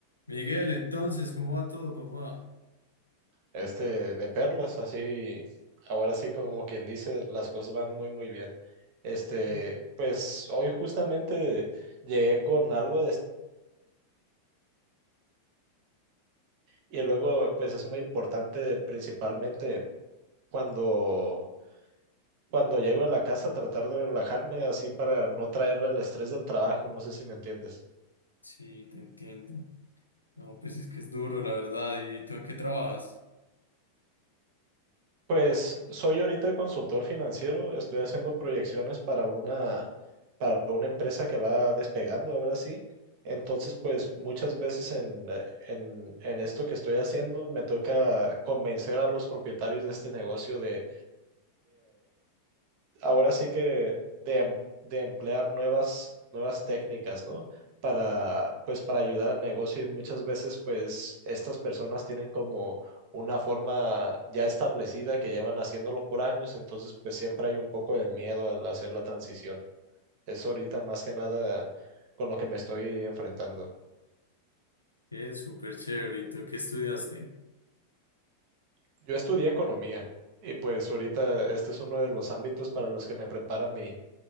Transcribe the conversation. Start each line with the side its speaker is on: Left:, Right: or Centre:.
Left: Miguel, entonces, ¿cómo va todo, papá?
Right: Este, de perlas, así, ahora sí como quien dice, las cosas van muy, muy bien. Este,
Left: Que-
Right: pues hoy justamente llegué con algo de est- y luego pues es muy importante principalmente cuando cuando llego a la casa tratar de relajarme así para no traer el estrés del trabajo, no sé si me entiendes.
Left: Sí, te entiendo. No, pues es que es duro, la verdad. ¿Y tú en qué trabajas?
Right: Pues soy ahorita consultor financiero, estoy haciendo proyecciones para una, para una empresa que va despegando ahora sí. Entonces, pues muchas veces en, eh, en, en esto que estoy haciendo me toca convencer a los propietarios de este negocio de, ahora sí que de, em- de emplear nuevas, nuevas técnicas, ¿no? Para, pues, para ayudar al negocio y muchas veces, pues, estas personas tienen como una forma ya establecida que llevan haciéndolo por años, entonces, pues, siempre hay un poco de miedo al hacer la transición. Eso ahorita más que nada con lo que me estoy enfrentando.
Left: Es súper chévere. ¿Y tú qué estudiaste?
Right: Yo estudié economía y pues ahorita este es uno de los ámbitos para los que me prepara mi,